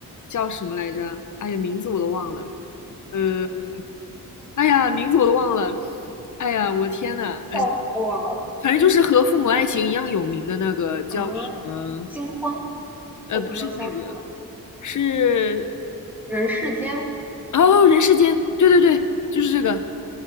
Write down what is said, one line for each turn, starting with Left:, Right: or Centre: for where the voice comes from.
Left: 叫什么来着？哎呀，名字我都忘了。呃，哎呀，名字我都忘了。哎呀，我的天呐，
Centre: 笑死我了
Left: 哎，反正就是和《父母爱情》一样有名的那个叫什么？
Centre: 啊！金婚，
Left: 呃，
Centre: 我不知道瞎说了，
Left: 不是这个，是
Centre: 人世间，
Left: 哦，人世间，对对对，就是这个。